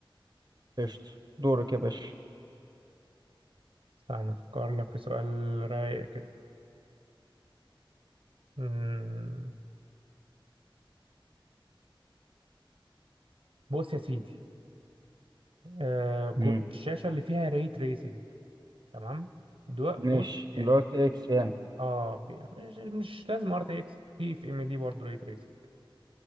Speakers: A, on the right; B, on the right.
A: قشطة دورك يا باشا
B: استنى افكر لك في سؤال رايق كده امم بص يا سيدي آه كروت
A: مم.
B: الشاشة اللي فيها ري تريسنج تمام دول
A: ماشي
B: دول يعني
A: الار تي اكس يعني
B: اه بي... مش, مش لازم ار تي اكس في في ام دي برضه ري تريسنج